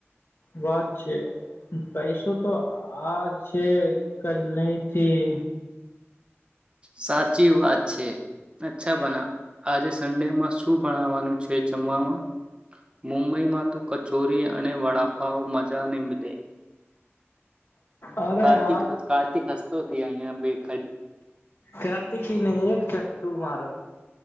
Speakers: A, on the left; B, on the right.
A: વાત છે પૈસો તો આજ છે કલ નહી થી
B: સાચી વાત છે અચ્છા બના આજે સંન્ડેમાં શું બનાવાનું છે જમવામાં મુંબઈ માં તો ક ચોરી અને વડાપાવ મજા ની મલે
A: અરે
B: કાર્તિક
A: આ
B: કાર્તિક હસ્ત તો તી અહીંયા બેક
A: કાર્તિકીને એક ચટ્ટુ મારો